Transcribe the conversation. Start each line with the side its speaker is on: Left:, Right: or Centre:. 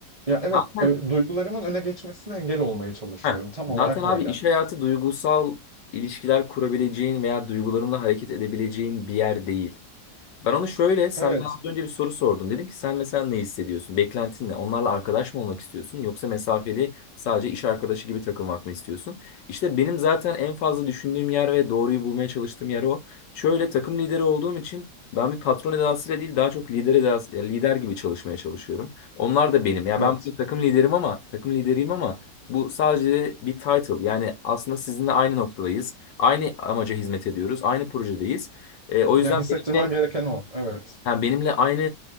Right: Ya evet
Left: Zaten
Right: e, duygularımın öne geçmesine engel olmaya çalışıyorum.
Left: Heh.
Right: Tam olarak
Left: Zaten abi
Right: öyle.
Left: iş hayatı duygusal ilişkiler kurabileceğin veya duygularınla hareket edebileceğin bir yer değil. Ben onu şöyle, sen
Right: Evet.
Left: bana az önce bir soru sordun. Dedim ki sen mesela ne hissediyorsun? Beklentin ne? Onlarla arkadaş mı olmak istiyorsun? Yoksa mesafeli sadece iş arkadaşı gibi takılmak mı istiyorsun? İşte benim zaten en fazla düşündüğüm yer ve doğruyu bulmaya çalıştığım yer o. Şöyle takım lideri olduğum için ben bir patron edasıyla değil daha çok lider edası, ya lider gibi çalışmaya çalışıyorum. Onlar da benim. Ya
Right: Evet.
Left: ben bir takım liderim ama takım lideriyim ama bu sadece bir title. Yani aslında sizinle aynı noktadayız. Aynı amaca hizmet ediyoruz. Aynı projedeyiz. E, o yüzden
Right: Yani hissettirmen
Left: benim
Right: gereken o. Evet.
Left: yani benimle aynı,